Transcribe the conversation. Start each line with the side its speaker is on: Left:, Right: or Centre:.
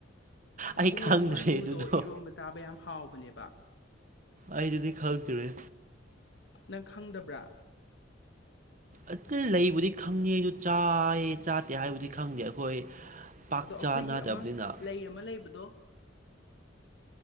Left: ꯇꯈꯦꯜꯂꯩꯒꯤ
Right: ꯑꯩ ꯈꯪꯗ꯭ꯔꯦ
Left: ꯃꯔꯨꯗꯣ
Right: ꯑꯗꯨꯗꯣ
Left: ꯏꯔꯣꯝꯕ ꯆꯥꯕ ꯌꯥꯝ ꯍꯥꯎꯕꯅꯦꯕ
Right: ꯑꯩꯗꯨꯗꯤ ꯈ ꯍꯜꯇꯔꯦ
Left: ꯅꯪ ꯈꯪꯗꯕ꯭ꯔꯥ
Right: ꯑ ꯂꯩꯕꯨꯗꯤ ꯈꯪꯉꯦ ꯑꯗꯨ ꯆꯥꯏꯌꯦ ꯆꯥꯠꯇꯦ ꯍꯥꯏꯕꯨꯗꯤ ꯈꯪꯗꯦ ꯑꯩꯈꯣꯏ ꯄꯥꯛ
Left: ꯑꯗꯣ ꯑꯩꯈꯣꯏꯒꯤ
Right: ꯆꯥꯅꯗꯕꯅꯤꯅ
Left: ꯑꯃ ꯂꯩ ꯑꯃ ꯂꯩꯕꯗꯣ